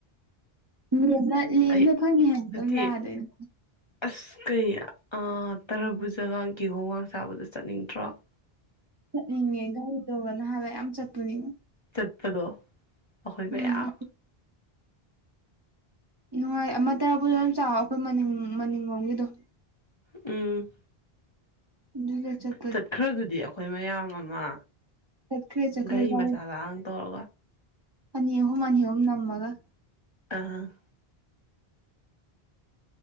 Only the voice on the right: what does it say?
ꯂꯦꯝꯅ ꯂꯦꯝꯅ
ꯐꯪꯉꯤ ꯍꯥꯏꯅ
ꯑꯗꯨꯝ ꯂꯥꯛꯑꯗꯣꯏꯅꯦ
ꯆꯠꯅꯤꯡꯉꯦ ꯒꯥꯔꯤꯗꯣꯒ ꯅꯍꯥꯟꯋꯥ ꯌꯥꯝ ꯆꯠꯄꯅꯦ
ꯎꯝ
ꯅꯨꯡꯉꯥꯏ ꯑꯃ ꯇꯔꯕꯨꯁꯨ ꯑꯗꯨꯝ ꯆꯥꯎ ꯑꯩꯈꯣꯏ ꯃꯅꯤꯡ ꯃꯅꯤꯡꯂꯣꯝꯒꯤꯗꯣ
ꯑꯗꯨ ꯆꯠ
ꯆꯠꯈ꯭ꯔꯦ ꯆꯠꯈ꯭ꯔꯦ
ꯆ
ꯑꯅꯤ ꯑꯍꯨꯝ ꯑꯅꯤ ꯍꯌꯨꯝ ꯅꯝꯃꯒ